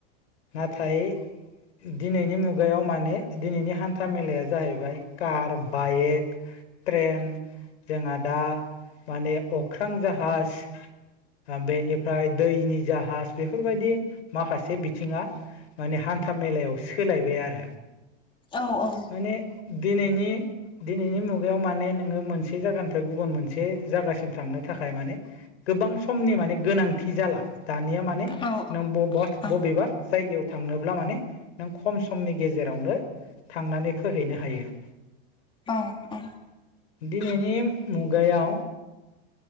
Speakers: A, on the left; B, on the left.
A: नाथाय दिनैनि मुगायाव माने दिनैनि हान्था मेलाया जाहैबाय कार बाइक ट्रेन जोंहा दा माने अख्रां जाहाज ओ बेनिफ्राय दैनि जाहाज बेफोरबायाददि माखासे बिथिंङा माने हान्था मेलायाव सोलायबाय आरो
B: औ औ
A: माने दिनैनि दिनैनि मुगायाव माने नोंङो मोनसे जायगानिफ्राय गुबुन मोनसे जायगासिम थांनो थाखाय माने गोबां समनि माने गोनांथि जाला दानिया माने
B: औ औ
A: नों
B: उम
A: बबा
B: औ
A: बबेबा जायगायाव थांनोब्ला माने नों खम समनि गेजेरावनो थांनानै फोहैनो हायो।
B: अ अ
A: दिनैनि मुगायाव